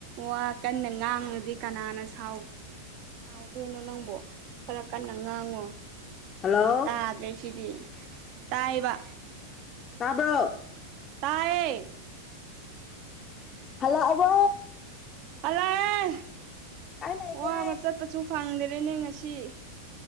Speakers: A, on the right; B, on the left.
A: ꯋꯥ ꯀꯟꯅ ꯉꯥꯡꯉꯗꯤ ꯀꯅꯥꯅ ꯁꯥꯎ ꯑꯗꯨꯣꯏꯅꯣ ꯅꯪꯕꯣ ꯈꯔ ꯀꯟꯅ ꯉꯥꯡꯉꯣ
B: ꯍꯜꯂꯣ
A: ꯇꯥꯗ꯭ꯔꯦ ꯁꯤꯗꯤ ꯇꯥꯏꯕ
B: ꯇꯥꯕ꯭ꯔꯣ
A: ꯇꯌꯦ
B: ꯍꯜꯂ ꯑꯕ
A: ꯍꯜꯂꯑ
B: ꯂꯩꯒꯦ
A: ꯋꯥꯕ ꯆꯠꯄꯁꯨ ꯐꯪꯗꯔꯦꯅꯦ ꯉꯁꯤ